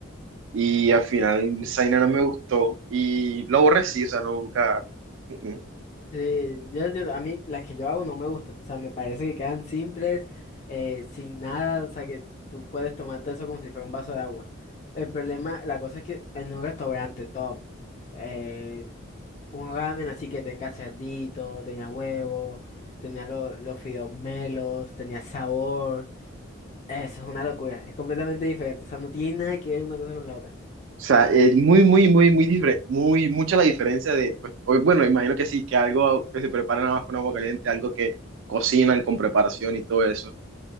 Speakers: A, on the right; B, on the left.
A: Y al final Zaina no me gustó y lo aborrecí, o sea, nunca. mm, mm.
B: sí, Yo, yo- a mí las que yo hago no me gustan, o sea, me parece que quedan simples, eh, sin nada, o sea, que tú puedes tomarte eso como si fuera un vaso de agua. El problema, la cosa es que en un restaurante top, eh, un ramen así que tenga cerdito, tenía huevo, tenía lo- los fideos melos, tenía sabor, eso es una locura, es completamente diferente, o sea, no tiene nada que ver una cosa con la otra.
A: O sea, es muy, muy, muy, muy diferente, muy, mucha la diferencia de, pues, o- bueno, imagino que sí, que algo que se prepara nada más con agua caliente, algo que cocinan con preparación y todo eso.